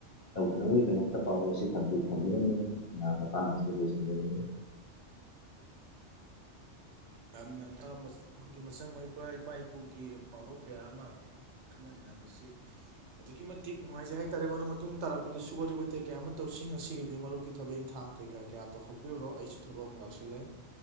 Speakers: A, on the left (about 60°); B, on the right (about 70°).
A: ꯇꯧꯗꯅꯕꯒꯤꯗꯃꯛꯇ ꯄꯥꯎꯔꯣ ꯑꯁꯤ ꯊꯝꯕꯤ ꯊꯝꯕꯤꯔꯝꯕꯅꯤ ꯗꯨꯅ ꯃꯇꯥꯡ ꯑꯁꯤꯗ ꯂꯣꯏꯁꯤꯟꯖꯔꯒꯦ
B: ꯌꯥꯝꯅ <unintelligible> ꯑꯩꯈꯣꯏꯒꯤ ꯃꯆꯪ ꯑꯣꯏꯕ ꯏꯄꯥ ꯏꯄꯨꯒꯤ ꯄꯥꯎꯔꯧ ꯀꯌꯥ ꯑꯃ ꯈꯟꯅ ꯅꯩꯅꯕꯁꯤ ꯑꯗꯨꯛꯀꯤ ꯃꯇꯤꯛ ꯅꯨꯡꯉꯥꯏꯖꯩ ꯍꯥꯏꯇꯥꯔꯦ ꯃꯔꯨꯞ ꯃꯇꯨꯡ ꯇꯥꯔꯛꯄꯗꯁꯨ ꯋꯥꯔꯤ ꯋꯥꯇꯥꯏ ꯀꯌꯥ ꯑꯃ ꯇꯧꯁꯤ ꯉꯁꯤꯒꯤꯗꯤ ꯃꯔꯨꯞꯀꯤ ꯊꯕꯛ ꯏꯪꯈꯥꯡ ꯀꯩꯀꯥ ꯀꯌꯥ ꯇꯧꯊꯣꯛꯄꯤꯔꯨꯔꯣ ꯑꯩꯁꯨ ꯊꯕꯛ ꯑꯃ ꯂꯥꯛꯁꯤꯜꯂꯦ